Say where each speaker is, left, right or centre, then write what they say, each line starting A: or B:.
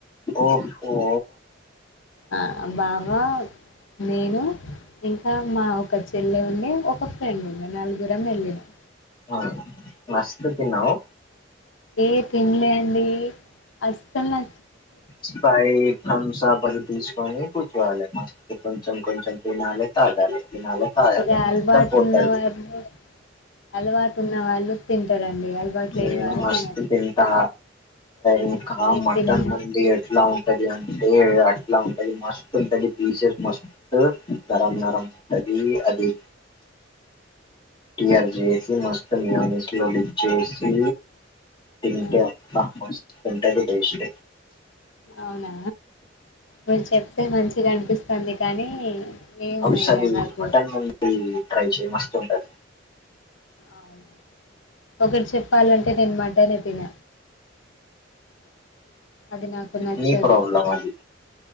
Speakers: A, on the left; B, on the left.
A: ఓహఓ
B: ఆ బావ నేను ఇంకా మా ఒక చెల్లె ఉండే ఒక ఫ్రెండ్ ఉండే నలుగురం వెళ్లినం
A: అ మష్ట తన్నావు
B: ఏ తినలే అండి అసలు నా
A: స్ప్రైట్ థమ్స్ అప్ అవి తీస్ కొని కూర్చోవాలే ప్రిస్ట్ కొంచం కొంచం తినాలే తగలే తినాలే తాగాలే
B: ఇక అలవాటు
A: మొత్తం పోతది
B: ఉన్న వాళ్ళు అలవాటు ఉన్న వాళ్ళు తింటారండి అలవాటు లేని
A: నేను
B: వాళ్ళు
A: మస్
B: తినరు ఇక
A: తింటా
B: అంతే
A: ఇంకా
B: ఆ, మీరు
A: మటన్
B: తిన్న
A: మంది ఎట్లా ఉంటంది అంటే అంటే అట్లా ఉంటది మస్ట్ ఉంటది పీసెస్ మస్ట్ నరం నరం ఉంటది అది ఆర్ మ మ డిప్ చేసి తింటే
B: ఆ,
A: అబ్బ మస్త్ ఉంటది టేస్ట్
B: అవునా మీరు చెప్తే మంచిగ అనిపిస్తుంది కానీ ఏమో
A: ఔషధి
B: ఇక నాకు
A: మటన్ మంజూరి ట్రై చే మస్త ఉంటది
B: అవును ఒకటి చెప్పాలంటే నేను మటనే తిన అది నాకు నచ్చది
A: నీ ప్రాబ్లం అది